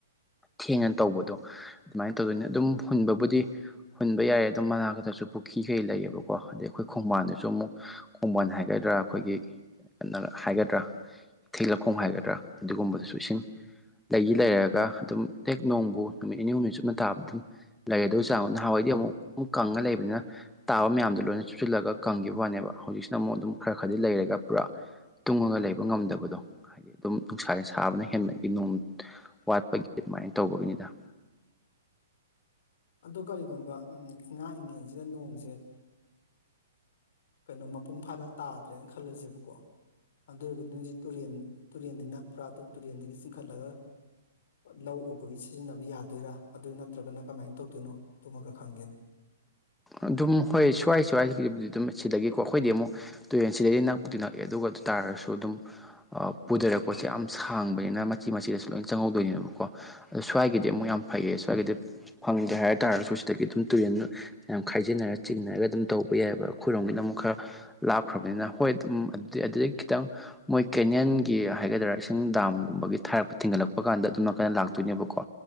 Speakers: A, in the centre; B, on the left.
A: ꯊꯦꯡꯅ ꯇꯧꯕꯗꯣ ꯑꯗꯨꯃꯥꯏꯅ ꯇꯧꯗꯣꯏꯅꯦ ꯑꯗꯨꯝ ꯍꯨꯟꯕꯕꯨꯗꯤ ꯍꯨꯟꯕ ꯌꯥꯏꯦ ꯑꯗꯨꯝ ꯃꯅꯥ ꯈꯛꯇꯁꯨ ꯄꯨꯈ꯭ꯔꯤꯈꯩ ꯂꯩꯌꯦꯕꯀꯣ ꯑꯗꯩ ꯑꯩꯈꯣꯏ ꯈꯣꯡꯕꯥꯟꯗꯁꯨ ꯑꯃꯨꯛ ꯈꯣꯡꯕꯥꯟ ꯍꯥꯏꯒ ꯗ꯭ꯔꯥ ꯑꯩꯈꯣꯏꯒꯤ ꯀ ꯍꯥꯏꯒꯗ꯭ꯔꯥ ꯊꯤ ꯂꯧꯈꯣꯡ ꯍꯥꯏꯒꯗ꯭ꯔꯥ ꯑꯗꯨꯒꯨꯝꯕꯗꯨꯁꯨ ꯏꯁꯤꯡ ꯂꯩꯒꯤ ꯂꯩꯔꯒ ꯑꯗꯨꯝ ꯍꯦꯛ ꯅꯣꯡꯕꯨ ꯅꯨꯃꯤꯠ ꯅꯤꯅꯤ ꯍꯨꯝꯅꯤ ꯆꯨꯞꯅ ꯇꯥꯕ ꯑꯗꯨꯝ ꯂꯩꯗ ꯑꯣꯏ ꯆꯥ ꯅꯍꯥꯟꯋꯥꯏꯗꯤ ꯑꯃꯨꯛ ꯑꯃꯨꯛ ꯀꯪꯉ ꯂꯩꯕꯅꯤꯅ ꯇꯥꯕ ꯃꯌꯥꯝꯗꯣ ꯂꯣꯏꯅ ꯆꯨꯞꯁꯤꯜꯂꯒ ꯀꯪꯈꯤꯕ ꯋꯥꯅꯦꯕ ꯍꯧꯖꯤꯛꯁꯤꯅ ꯑꯃꯨꯛ ꯑꯗꯨꯝ ꯈꯔ ꯈꯔꯗꯤ ꯂꯩꯔꯒ ꯄꯨ꯭ꯔꯥ ꯇꯨꯡꯉꯒ ꯂꯩꯕ ꯉꯝꯗꯕꯗꯣ ꯍꯥꯏꯗꯤ ꯑꯗꯨꯝ ꯅꯨꯡꯁꯥꯅ ꯁꯥꯕꯅ ꯍꯦꯟꯕꯒꯤ ꯅꯣꯡ ꯋꯥꯠꯄꯒꯤ ꯁꯨꯃꯥꯏꯅ ꯇꯧꯕꯒꯤꯅꯤꯗ
B: ꯑꯗ ꯀꯔꯤꯒꯨꯝꯕ ꯉꯍꯥ ꯏꯉꯦꯟꯁꯤꯗ ꯅꯣꯡꯁꯦ ꯎ ꯀꯩꯅꯣ ꯃꯄꯨꯡ ꯐꯥꯅ ꯇꯥꯗ꯭ꯔꯦꯅ ꯈꯜꯂꯁꯦꯕꯀꯣ ꯑꯗꯨ ꯑꯣꯏꯔꯒꯗꯤ ꯅꯁ ꯇꯨꯔꯦꯟ ꯇꯨꯔꯦꯟꯗ ꯅꯛꯄ꯭ꯔꯥ ꯑꯗꯨ ꯇꯨꯔꯦꯟꯗꯒꯤ ꯆꯤꯡꯈꯠꯂꯒ ꯂꯧ ꯎꯕꯒꯤ ꯁꯤꯖꯤꯟꯅꯕ ꯌꯥ ꯌꯥꯗꯣꯏꯔꯥ ꯑꯗꯨ ꯅꯠꯇ꯭ꯔꯒꯅ ꯀꯃꯥꯏꯅ ꯇꯧꯗꯣꯏꯅꯣ ꯑꯗꯨꯃꯒ ꯈꯪꯒꯦꯅꯤ
A: ꯑꯗꯨꯝ ꯍꯣꯏ ꯁ꯭ꯋꯥꯏ ꯁ꯭ꯋꯥꯏꯗꯤ ꯑꯗꯨꯝ ꯁꯤꯗꯒꯤ ꯀꯣ ꯑꯩꯈꯣꯏꯗꯤ ꯑꯃꯨꯛ ꯇꯨꯔꯦꯟꯁꯤꯗꯗꯤ ꯅꯛꯄꯗꯤ ꯅꯛꯑꯦ ꯑꯗꯨꯒ ꯑꯗꯨ ꯇꯥꯔꯁꯨ ꯑꯗꯨꯝ ꯄꯨꯊꯔꯛꯄꯁꯦ ꯌꯥꯝ ꯆ ꯊꯥꯡꯕꯅꯤꯅ ꯃꯆꯤ ꯃꯆꯤꯗꯁꯨ ꯂꯣꯏꯅ ꯆꯪꯍꯧꯗꯣꯏꯅꯦꯕꯀꯣ ꯑꯗꯣ ꯁ꯭ꯋꯥꯏꯒꯤꯗꯤ ꯑꯃꯨꯛ ꯌꯥꯝ ꯐꯩꯌꯦ ꯁ꯭ꯋꯥꯏꯒꯤꯗꯤ ꯐꯪ ꯈ ꯍꯥꯏꯔ ꯇꯥꯔꯁꯨ ꯁꯤꯗꯒꯤ ꯑꯗꯨꯝ ꯇꯨꯔꯦꯟ ꯌꯥꯝ ꯈꯥꯏꯖꯤꯟꯅꯔꯒ ꯆꯤꯡꯅꯔꯒ ꯑꯗꯨꯝ ꯇꯧꯕ ꯌꯥꯏꯑꯕ ꯑꯩꯈꯣꯏꯔꯣꯝꯒꯤꯗ ꯑꯃꯨꯛ ꯈꯔ ꯂꯥꯞꯈ꯭ꯔꯕꯅꯤꯅ ꯍꯣꯏ ꯑꯗꯨꯝ ꯑꯗꯨꯗꯒꯤ ꯈꯤꯇꯪ ꯃꯣꯏ ꯀꯦꯅꯦꯜꯒꯤ ꯍꯥꯏꯒꯗ꯭ꯔꯔꯥ ꯏꯁꯤꯡ ꯗꯥꯝꯒꯨꯝꯕꯒꯤ ꯊꯥꯔꯛꯄ ꯊꯤꯡꯒꯠꯂꯛꯄ ꯀꯥꯟꯗ ꯑꯗꯨꯝ ꯂꯥꯛꯇꯣꯏꯅꯦꯕꯀꯣ